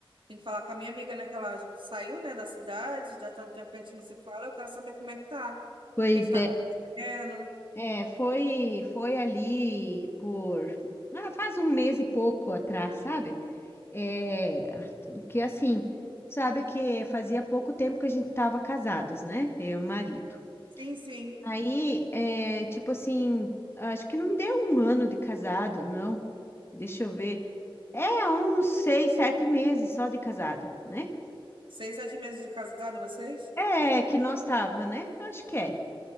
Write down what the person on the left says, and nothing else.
Pois
é.
É, foi, foi ali por, ah, faz um mês e pouco atrás, sabe? É, que assim, sabe que fazia pouco tempo que a gente estava casados, né? Eu e o marido.
Aí, é, tipo assim, acho que não deu um ano de casado, não. Deixa eu ver. É, uns seis, sete meses só de casado, né?
É, que nós tava, né? Acho que é.